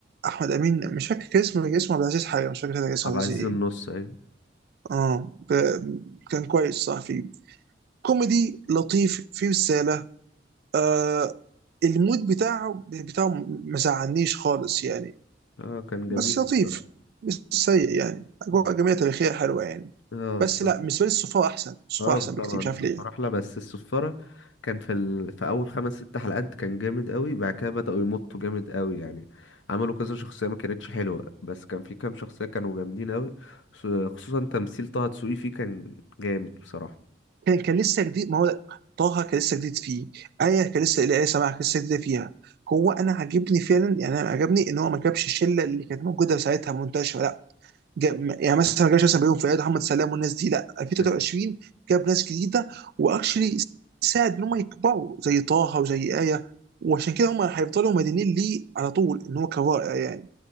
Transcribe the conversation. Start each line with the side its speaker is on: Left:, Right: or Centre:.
Right: احمد امين مش فاكر كان اسمه كان اسمه عبد العزيز حاجه مش فاكر كان اسمه
Left: عبد
Right: عبد
Left: العزيز
Right: العزيز ايه
Left: النص ايوه
Right: اه ب- كان كويس صح فيه كوميدي لطيف فيه رساله آه المود بتاعه بتاعه ما زعلنيش خالص يعني
Left: اه كان
Right: بس
Left: جميل
Right: لطيف
Left: بصراحة
Right: مش سيء يعني اجواء
Left: مم.
Right: جميله تاريخيه حلوه يعني
Left: اه
Right: بس
Left: بالظبط
Right: لا بالنسبه لي الصفار احسن الصفار
Left: اه
Right: احسن بكتير
Left: طبعا
Right: مش عارف
Left: السفارة
Right: ليه
Left: احلى بس السفارة كان في ال... في اول خمس ست حلقات كان جامد قوي بعد كده بدأوا يمطوا جامد قوي يعني عملوا كذا شخصية ما كانتش حلوة بس كان في كام شخصية كانوا جامدين قوي خصوصا تمثيل طه دسوقي فيه كان جامد بصراحة
Right: كان كان لسه جديد ما هو طه كان لسه جديد فيه ايه كان لسه ايه سماح كان لسه جديده فيها هو انا عاجبني فعلا يعني انا عجبني ان هو ما جابش الشله اللي كانت موجوده ساعتها منتشره لا جاب يعني مثلا ما جابش مثلا بيوم فؤاد محمد سلام والناس دي لا 2023
Left: مم.
Right: جاب ناس جديده واكشلي ساعد ان هم يكبروا زي طه وزي ايه وعشان كده هم هيفضلوا مدينين ليه على طول ان هو كرائع يعني